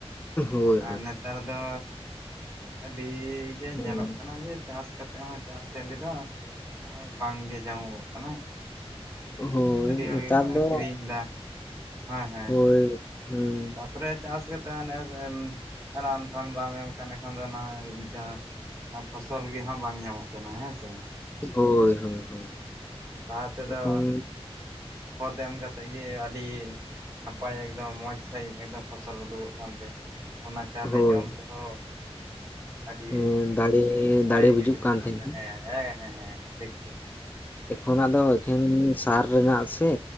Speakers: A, on the left; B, on the right.
A: ᱦᱳᱭ
B: ᱟᱨ ᱱᱮᱛᱟᱨ ᱫᱚ <unintelligible> ᱜᱮ
A: ᱦᱳᱭ
B: ᱧᱮᱞᱚᱜ ᱠᱟᱱᱟ ᱡᱮ ᱪᱟᱥ ᱠᱟᱛᱮᱫ ᱦᱚᱸ ᱪᱟᱥᱼ ᱪᱮᱞᱤᱫᱚ ᱵᱟᱝᱜᱮ ᱧᱟᱢᱚᱜᱚᱜ ᱠᱟᱱᱟᱭ᱾ ᱦᱮᱸ
A: ᱦᱳᱭ
B: ᱟᱹᱰᱤ ᱦᱚᱲ
A: ᱱᱮᱛᱟᱨ
B: ᱜᱮᱠᱚ
A: ᱫᱚ
B: ᱟᱠᱷᱨᱤᱧᱫᱟ ᱾ ᱦᱮᱸ ᱦᱮᱸ
A: ᱦᱳᱭ ᱦᱩᱸ
B: ᱛᱟ ᱯᱚᱨᱮ ᱪᱟᱥ ᱠᱟᱛᱮ ᱱᱮᱥ ᱮᱢ ᱨᱟᱱ ᱯᱷᱟᱱ ᱵᱟᱢ ᱮᱢ ᱠᱷᱟᱱ ᱮᱠᱷᱚᱱ ᱫᱚ ᱱᱟᱸᱭ ᱡᱟᱦᱟᱸ ᱯᱷᱚᱥᱚᱞ ᱜᱮᱦᱟᱸᱜ ᱵᱟᱝ ᱧᱟᱢᱚᱜ ᱠᱟᱱᱟ ᱦᱮᱸ ᱥᱮ
A: ᱦᱳᱭ ᱦᱳᱭ ᱦᱳᱭ
B: ᱞᱟᱦᱟ ᱛᱮᱫᱚ
A: ᱮᱠᱷᱚᱱ
B: ᱠᱷᱚᱛ ᱮᱢ ᱠᱟᱛᱮᱜ ᱜᱮ ᱟᱹᱰᱤ ᱱᱟᱯᱟᱭ ᱮᱠᱫᱚᱢ ᱢᱚᱸᱡᱽ ᱥᱟᱺᱦᱤᱡ ᱮᱠᱚᱫᱚᱢ ᱯᱷᱚᱥᱚᱞ ᱩᱰᱩᱠᱚᱜ ᱠᱟᱱ ᱛᱮ ᱚᱱᱟ ᱪᱟᱣᱞᱮ
A: ᱦᱳᱭ
B: ᱡᱚᱢ ᱛᱮᱦᱚᱸ ᱟᱹᱰᱤ
A: ᱦᱮᱸ ᱫᱟᱲᱮ
B: ᱵᱷᱟᱹᱜᱮ
A: ᱫᱟᱲᱮ ᱵᱩᱡᱩᱜ
B: ᱜᱮ ᱵᱩᱡᱷᱟᱹᱜ ᱠᱟᱱ
A: ᱛᱟᱦᱮᱸᱱᱟ
B: ᱛᱟᱦᱮᱸ ᱦᱮᱸ ᱦᱮᱸ ᱦᱮᱸ ᱦᱮᱸ ᱴᱷᱤᱠ ᱴᱷᱤᱠ
A: ᱚᱱᱟᱹ ᱫᱚ ᱮᱠᱷᱚᱱ ᱜᱤ ᱥᱟᱨ ᱨᱮᱱᱟᱜ ᱥᱮ